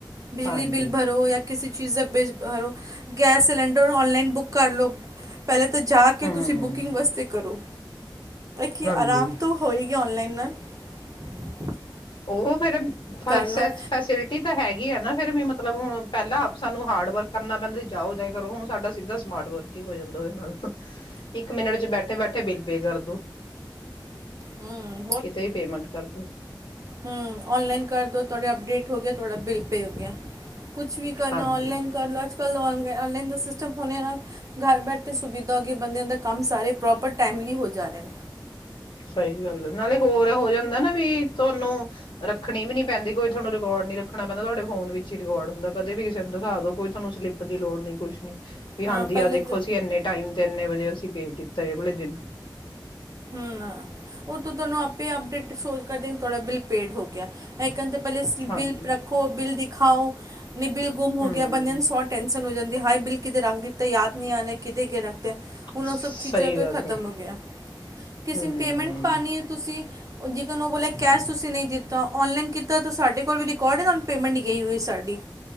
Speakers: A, on the right (about 45°); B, on the left (about 85°).
A: ਬਿਜਲੀ
B: ਹਾਂਜੀ
A: ਬਿਲ ਭਰੋ ਯਾਂ ਕਿਸੇ ਚੀਜ਼ਾਂ ਬੇਰੋ ਗੈਸ ਸਿਲੰਡਰ ਔਨਲਾਈਨ ਬੁੱਕ ਕਰ ਲਓ ਪਹਿਲੇ ਤਾਂ ਜਾ ਕੇ
B: ਹੂੰ
A: ਤੁਸੀਂ ਬੁਕਿੰਗ ਵਾਸਤੇ ਕਰੋ ਕੀ
B: ਹਾਂਜੀ
A: ਆਰਾਮ ਤ ਹੋਏਗੀ ਓਨਲਾਈਨ- ਕਿਨ
B: ਉਹ ਫੇਿਰ ਫ
A: ਲਓ
B: ਫੈਸਿਲਿਟੀ ਤਾਂ ਹੈਗੀ ਆ ਨਾ। ਫੇਰ ਮੈ ਮਤਲਬ ਹੁਣ ਪਹਿਲਾਂ ਸਾਨੂੰ ਹਾਰਡ ਵਰਕ ਕਰਨਾ ਪੈਂਦਾ ਸੀ ਜਾਓ ਜਾਂ ਕਰੋ ਹੁਣ ਸਾਡਾ ਸਿੱਧਾ ਸਮਾਰਟ ਵਰਕ ਹੀ ਹੋ ਜਾਂਦਾ ਉਹਦੇ ਨਾਲ ਇੱਕ ਮਿੰਟ ਚ ਬੈਠੇ-ਬੈਠੇ- ਬਿਲ ਪੇ ਕਰਦੋ
A: ਹਮ
B: ਕਿਤੇ ਹੀ ਪੇਮੈਂਟ ਕਰਦੋ
A: ਹੁੰ ਔਨਲਾਈਨ ਕਰਦੋ ਤੁਹਾਡੇ ਅਪਡੇਟ ਹੋ ਗਿਆ ਤੁਹਾਡਾ ਬਿਲ ਪੇ ਹੋ ਗਿਆ। ਕੁਛ ਵੀ ਕਰਨਾ
B: ਹਾਂਜੀ
A: ਔਨਲਾਈਨ ਕਰ ਲੋਂ ਅੱਜ- <unintelligible> ਔਨਲਾਈਨ ਦਾ ਸਿਸਟਮ ਹੋਨੇ ਨਾਲ ਘਰ ਬੈਠੇ ਸੁਵਿਧਾ ਹੋਗੀ ਏ ਬੰਦਿਆਂ ਦਾ ਕੰਮ ਸਾਰੇ ਪ੍ਰੋਪਰ ਟਾਈਮਲੀ ਹੋ ਜਾ ਰਹੇ ਨ।
B: ਸਹੀ ਗੱਲ ਏ, ਨਾਲੇ ਹੋਰ ਹੋ ਜਾਂਦਾ ਨਾ ਵੀ ਤੁਹਾਨੂੰ ਰ ਰੱਖਣੀ ਵੀ ਨੀ ਪੈਂਦੀ, ਕੋਈ ਤੁਹਾਨੂੰ ਰਿਕਾਰਡ ਨੀ ਰੱਖਣਾ ਪੈਂਦਾ ਤੁਹਾਡੇ ਫੋਨ ਵਿੱਚ ਹੀ ਰਿਕਾਰਡ ਹੁੰਦਾ ਕਦੇ ਵੀ ਕਿਸੇ ਨੂੰ ਦਿਖਾ ਦੋ, ਕੋਈ ਤੁਹਾਨੂੰ ਸਲਿੱਪ ਦੀ ਲੋੜ ਨਹੀਂ ਕੁਛ ਨੀ। ਵੀ
A: ਹਾਂ
B: ਆਂਦੀ
A: ਪਹਿਲੇ
B: ਆ ਦੇਖੋ ਅਸੀਂ ਇੰਨੇ ਟਾਈਮ ਤੇ ਇੰਨੇ ਵਜੇ ਅਸੀਂ ਪੇ ਕੀਤਾ ਏ ਵਾਲੇ ਦਿਨ।
A: ਹੁੰ ਨਾ ਓਹ ਤਾਂ ਤੁਹਾਨੂੰ ਆਪੇ ਅਪਡੇਟ ਸ਼ੋ ਕਰ ਦੇ ਤੁਹਾਡਾ ਬਿੱਲ ਪੇਡ ਹੋ ਗਿਆ। ਕਹਦੇ ਪਹਿਲੇ ਸਲਿੱਪ
B: ਹਾਂਜੀ
A: ਬਿਲ ਰੱਖੋ ਬਿਲ ਦਿਖ ਦਿਖਾਓ ਨਹੀਂ ਬਿੱਲ ਗੁੰਮ ਹੋ
B: ਹੂੰ
A: ਗਿਆ ਬੰਦਿਆਂ ਨੂੰ ਸੋ ਟੈਂਸਨ ਹੋ ਜਾਂਦੀ ਏ। ਹਾਏ ਬਿੱਲ ਕਿਦੇ ਰੱਖ ਦਿੱਤਾ ਈ ਯਾਦ ਨਹੀਂ ਆ ਰਿਹਾ, ਕਿਦੇ ਅੱਗੇ ਰੱਖਤਾ ਹੁਣ
B: ਸਹੀ
A: ਔ ਸਭ ਚੀਜ਼ਾਂ ਤੋਂ
B: ਗੱਲ
A: ਖਤਮ
B: ਹੈ
A: ਹੋ ਗਿਆ। ਕਿਸੇ
B: ਹਮ
A: ਨੁੰ ਪੇਮੈਂਟ ਪਾਉਣੀ ਹੈ ਤੁਸੀਂ? ਔ <unintelligible> ਔ ਬੋਲਿਆ ਕੈਸ਼ ਤੁਸੀਂ ਨਹੀਂ ਦਿੱਤਾ, ਔਨਲਾਈਨ ਕੀਤਾ ਤਾਂ ਸਾਡੇ ਕੋਲ ਵੀ ਰਿਕਾਰਡ ਹੈ ਤੁਹਾਨੂੰ ਪੇਮੈਂਟ ਗਈ ਹੋਈ ਸਾਡੀ।